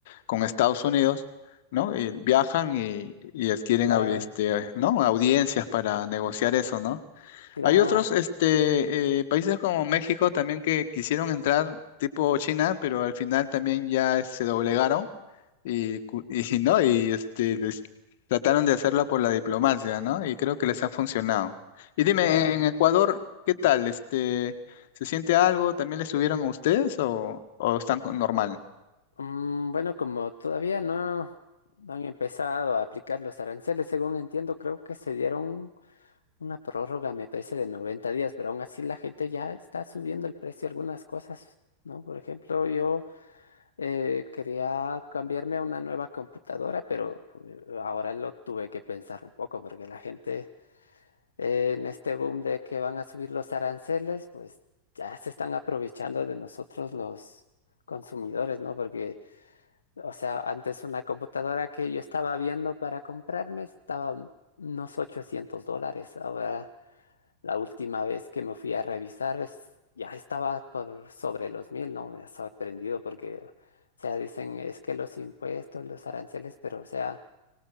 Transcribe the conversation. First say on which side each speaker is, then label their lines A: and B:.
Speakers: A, on the left; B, on the left.
A: con Estados Unidos. ¿no? Y viajan y, y adquieren
B: claro.
A: au- este, ¿no? audiencias para negociar eso, ¿no?
B: Claro,
A: Hay otros este, eh, países como México también que quisieron entrar tipo China, pero al final también ya se doblegaron y, cu- y <laughs> no, y este, les trataron de hacerla por la diplomacia, ¿no? Y creo que les ha funcionado. Y dime,
B: claro.
A: en Ecuador, ¿qué tal? Este, ¿se siente algo? ¿También les subieron a ustedes o, o están con normal?
B: Mm, bueno, como todavía no, no han empezado a aplicar los aranceles, según entiendo, creo que se dieron una prórroga, me parece, de 90 días, pero aún así la gente ya está subiendo el precio de algunas cosas, ¿no? Por ejemplo, yo... Eh, quería cambiarme a una nueva computadora, pero eh, ahora lo tuve que pensar un poco porque la gente eh, en este boom de que van a subir los aranceles, pues ya se están aprovechando de nosotros los consumidores, ¿no? Porque, o sea, antes una computadora que yo estaba viendo para comprarme estaba mm, unos 800 dólares, ahora la última vez que me fui a revisar es- ya estaba por sobre los mil, ¿no? Me ha sorprendido porque, o sea, dicen es que los impuestos, los aranceles, pero, o sea,